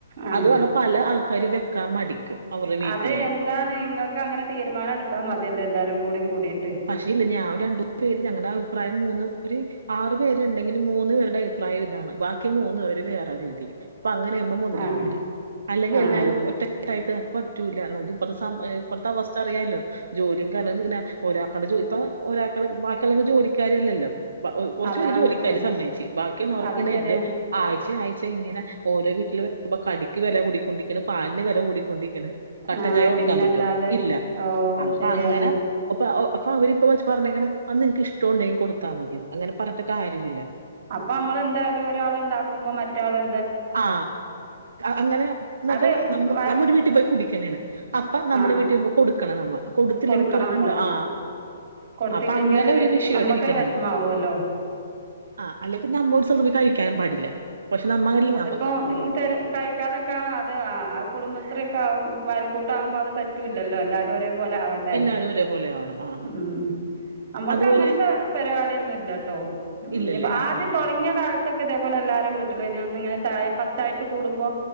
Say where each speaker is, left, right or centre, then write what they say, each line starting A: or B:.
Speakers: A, on the right (about 45°); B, on the right (about 80°).
A: ആഹ
B: അത് കാരണം പല ആൾക്കാര് വെക്കാൻ മടിക്കും അവരുടെ വീട്ടില്
A: അത് എന്താണ് നിങ്ങൾക്ക് അങ്ങനെ തീരുമാനം എടുത്ത അതുമതിയല്ലോ എല്ലാരും കൂടി കൂടിട്ട്
B: പക്ഷേ ഇല്ല ഞാൻ രണ്ടോ പേര് ഞങ്ങളുടെ അഭിപ്രായം മൂന്ന് ഒരു ആറു പേരുണ്ടെങ്കിൽ മൂന്നു പേരുടെ അഭിപ്രായം ഇതാണ് ബാക്കി മൂന്ന് പേര് വേറെ രീതിയിൽ അപ്പൊ അങ്ങനെെയ്യുമ്പോ മുതലാവൂല
A: ആ
B: അല്ലെങ്കിൽ
A: ആ
B: എല്ലാരും ഒറ്റായിട്ട് പറ്റൂല്ല നോ ഇപ്പറത്തെ അവസ്ഥ അറിയാല്ലോ ജോലിയും കാരണംങ്ങനെ ഒരാക്കുടെോ ഇപ്പൊ ഒരാൾക്കുടെ ബാക്കിയുള്ളത് ജോലിക്കാാര്ല്ലല്ലോ കുറച്ച്
A: അതാ
B: പേര് ജോലിക്കാര്
A: ആ
B: സമ്മേച്ചച്ച് ബാക്കിയുള്ളവർക്ക്
A: അത് ശരിയാ
B: ഇങ്ങെ ആ് ആഴ്ച്ച ഇങ്ങനെ ഓരോ വീട്ടിൽ വരുമ്പ ക വില കുടിക്കൊണ്ടിരിക്കാണ് പാലി വില കൊണ്ടിരിക്കണ് കട്ടൻ
A: ആ
B: ചായ കൊടുക്കാൻ
A: പിന്നല്ലാതെ
B: പറ്റോ ഇല്ല
A: ഓ
B: അപ്പ
A: ശരിയാണ്
B: അങ്ങനെ അപ്പ അപ്പൊ അവരിപ്പ പറഞ്ഞേെ അന്ന് എനക്ക് ഇഷ്ടോണ്ടെങ്കിൽ കൊടുത്താ മതി അങ്ങനെ പറഞ്ഞിട്ട്ാര്യ ഇില്ല
A: അപ്പൊ നമ്മൾ എന്തായാലും ഒരാൾ ഉണ്ടാക്കുമ്പോ മറ്റാൾ എ
B: ആ അങ്ങനെ നമ്മ
A: അത് വ
B: ഒരു വീട്ടിൽ പോയി കുടിക്കണാണ് അപ്പ നമ്മുടെ
A: ആ
B: വീട്ടിൽ കൊടു ആക്കണം നമ്മ കൊടുത്തില്ലെങ്കിൽ
A: കൊടുക്കണം
B: പറകണ്ടോ
A: നമ്മള്
B: ആ
A: കൊടുത്തില്ലെങ്കിൽ
B: അപ്പൊ അങ്ങനെ
A: അതൊരു
B: ഒരു വിഷയമായിട്ട്
A: നമ്മക്കൊരു
B: ഇരിക്കുന്നുണ്ട്
A: വിഷമാവുമല്ലോ
B: ആ് അല്ലെങ്കിൽ നമ്മ കഴിക്കാൻ പാടില്ല പക്ഷെ നമ്മല്ല
A: ഇപ്പം കഴിക്കാതൊക്കെ അത് ആ കുടുംബശ്രീ ഒക്കെ കൂട്ടുമ്പോ അത് പറ്റില്ലല്ലോ എല്ലും ഒരു പോലെ ആവണ്ടേ
B: എല്ലാരും ഒരേപോലെയാണ് ആഹ് ആഹ്
A: ഉം നമ്മൾക്ക്
B: അതുപോലെ
A: അങ്ങനത്തെ പരിപാടിയൊന്നുംല്ലട്ടോ ഉ
B: ഇല്ലല്ലേ
A: ഇ
B: ആഹ്
A: ആദ്യം
B: ആഹ്
A: തുടങ്ങിയ കാലത്തൊക്കെ ഇതേപോലെ എല്ലാരും വീട്ടില ഇ ഒന്ന ഇങ്ങനെ ചായ കുട്ടായിട്ട് കൂടുമ്പോ